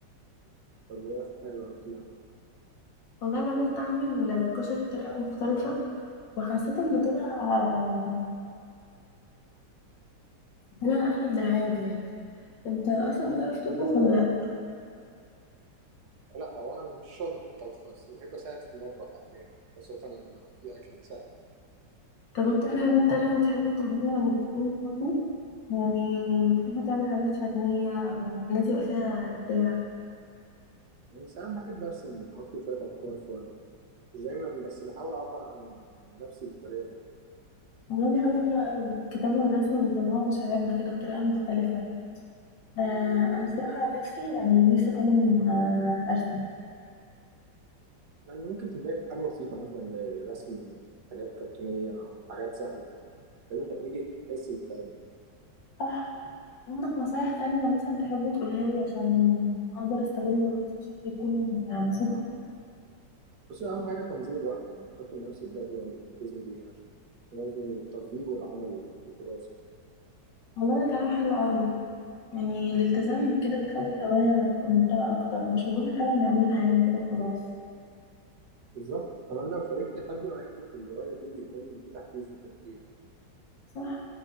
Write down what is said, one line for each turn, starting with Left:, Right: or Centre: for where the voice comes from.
Right: طب وإيه آخر حاجة جربتيها؟
Left: والله جربت أعمل آه، كشري بطريقة مختلفة وحسيت إن طلع آه، طلع أحلى من العادي يعني أنت أصلا بتعرف تطبخ ولا لأ؟
Right: لا هو انا مش شاطر في الطبخ بس بحب اساعد في المطبخ احيانا خاصة لو في اكل سهل
Left: طب أنت في حاجات تانية بتحب تعملها لما بتكون فاضي؟ يعني بتحب تعمل حاجات فنية أو حاجات يبقى فيها إبداع
Right: يعني ساعات بحب ارسم اكتب شوية افكار في ورقة مش دايما بس بحاول اعبر عن عن نفسي بالطريقة دي
Left: والله دي حاجة حلوة أوي الكتابة والرسم بيطلعوا مشاعرنا كده بطريقة مختلفة آه انا الصراحه عن نفسي يعني نفسي اتعلم آه ارسم
Right: يعني ممكن تبدأي بحاجة بسيطة مثلا زي رسم حاجات كرتونية او حاجات سهلة ده بيخليكي تحسي بالتقدم
Left: صح عندك نصايح تانية مثلا تحب تقولها لي عشان اقدر استغل وقتي بشكل يكون آه، مفيد اكتر
Right: بس اهم حاجة تنظيم الوقت يعني تحطي لنفسك جدول تلتزمي بيه عشان توازني بين الترفيه والعمل والدراسة
Left: والله ده كلام حلو قوي يعني الالتزام كده بيخلي الهواية تبقى ممتعة أكتر ومش مجرد حاجة بنعملها يعني كده وخلاص
Right: بالظبط كمان لو شاركتي حد معاكي في الهواية دي بيكون في تحفيز وتشجيع
Left: صح